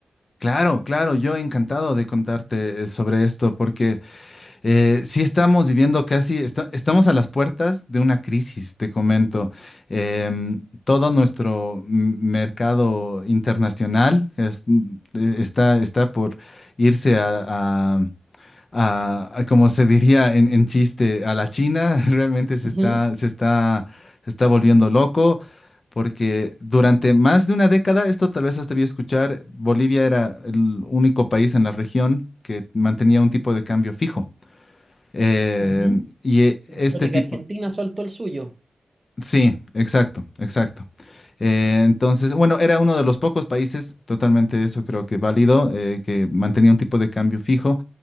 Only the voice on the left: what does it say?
Claro, claro, yo encantado de contarte eh, sobre esto porque Eh, sí estamos viviendo casi, esta- estamos a las puertas de una crisis, te comento. Em, todo nuestro m- mercado internacional es- eh, está, está por irse a, a- a- a, como se diría en, en chiste, a la China. <laughs> Realmente se
está, se está, se está volviendo loco. Porque durante más de una década, esto tal vez has debido escuchar, Bolivia era el único país en la región que mantenía un tipo de cambio fijo. Eh,
y eh,
este
tipo,
Sí, exacto, exacto. Eh, entonces, bueno, era uno de los pocos países, totalmente eso creo que válido, eh, que mantenía un tipo de cambio fijo.